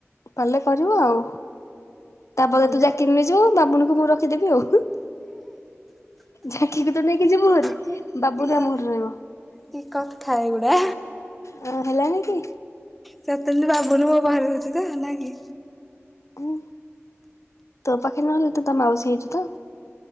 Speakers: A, on the left (about 85°); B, in the centre.
A: କଲେ କରିବ ଆଉ ତାପରେ
B: କଲେ
A: ତୁ ଜାକି କୁ ନେଇଯିବୁ ବାବୁନୁକୁ ମୁଁ ରଖିଦେବି ଆଉ। ଯାକିକୁ ତୁ ନେଇ କିଯିବୁ ହେରି
B: କି
A: ବାବୁୁନୁ
B: କି କ
A: ଆମ ଘରେ ରହିବ।
B: କି କଥା ଏଗୁଡା
A: ଅ ହେଲାନି କି?
B: ସତେ ଯେମିତି ବବୁନୁ ମୋ ପାଖରେ ରହୁଚି ତ ନା କି।
A: ହୁଁ ତୋ ପାଖ ନହେଲ ତୁ ତା ମାଉସୀ ହେଇଚୁ ତ